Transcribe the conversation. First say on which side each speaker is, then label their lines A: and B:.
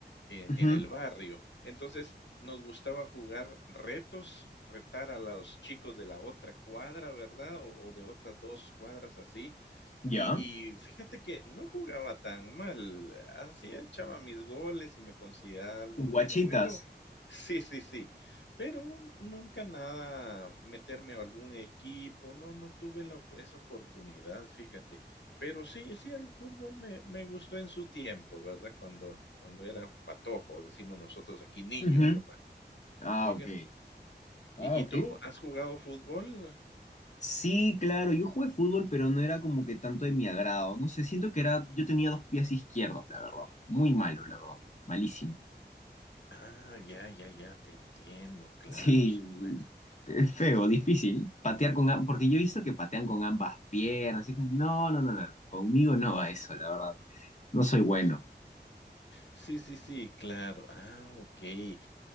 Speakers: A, on the left; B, on the left.
A: en,
B: Ujú,
A: en el barrio. Entonces, nos gustaba jugar retos, retar a los chicos de la otra cuadra, ¿verdad? O, o de otras dos cuadras así.
B: ¿Ya?
A: Y, y fíjate que no jugaba tan mal, así echaba mis goles y me consideraba algo
B: ¿Tus
A: bueno,
B: guachitas?
A: pero <laughs> sí, sí, sí, pero nunca nada meterme a algún equipo, no, no tuve la op- esa oportunidad, fíjate. Pero sí, sí, el fútbol me, me gustó en su tiempo, ¿verdad? Cuando, cuando era patojo, decimos nosotros aquí niño,
B: Ujú.
A: ¿verdad?
B: Ah,
A: Fíjate.
B: ok. Ah,
A: ¿Y
B: ok.
A: y tú has jugado fútbol?
B: Sí, claro, yo jugué fútbol, pero no era como que tanto de mi agrado. No sé, siento que era, yo tenía dos pies izquierdos, la verdad. Muy malo, la verdad. Malísimo. <laughs>
A: Ah, ya, ya, ya, te entiendo. Claro,
B: Sí,
A: sí, pues.
B: es feo,
A: Sí, sí.
B: difícil. Patear con, am- porque yo he visto que patean con ambas piernas. y es como, no, no, no, no, no. Conmigo no va eso, la verdad. No soy bueno.
A: Sí, sí, sí, claro. Ah, okey.